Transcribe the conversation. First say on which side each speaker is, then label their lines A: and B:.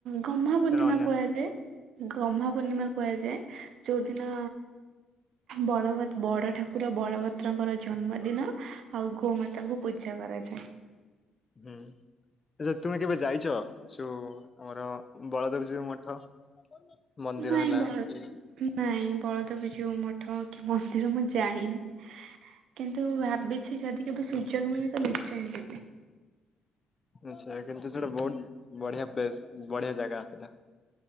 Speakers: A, on the right; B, on the left.
A: ଗହ୍ମା ପୂର୍ଣ୍ଣିମା
B: ତାର ଅନ୍ୟ
A: କୁହାଯାଏ।
B: ନା
A: ଗହ୍ମା ପୂର୍ଣିମା କୁହାଯାଏ। ଯୋଉଦିନ ବଳଭ ବଡ଼ ଠାକୁର ବଳଭଦ୍ରଙ୍କର ଜନ୍ମଦିନ ଆଉ ଗୋମା ତାଙ୍କୁ ପୂଜା କରାଯାଏ।
B: ହୁଁଉଁ। ଆଛା ତୁମେ କେବେ ଯାଇଚ, ସୋ ଆମର ବଳଦେବ ଜୀଉ ମଠ? ମନ୍ଦିର
A: ନାଇଁ
B: ହେଲା
A: ବଳ
B: କି।
A: ନାଇଁ ବଳଦେବ ଯିଉ ମଠ କି ମନ୍ଦିର ମୁଁ ଯାଇନି। କିନ୍ତୁ ଭାବିଛି ଯଦି କେବେ ସୁଯୋଗ ମିଳେ ତ ନିଶ୍ଚୟ ଯିବି।
B: ଆଛା କିନ୍ତୁ ସେଇଟା ବହୁତ ବଢିଆ ପ୍ଲେସ ବଢିଆ ଜାଗା ସେଇଟା।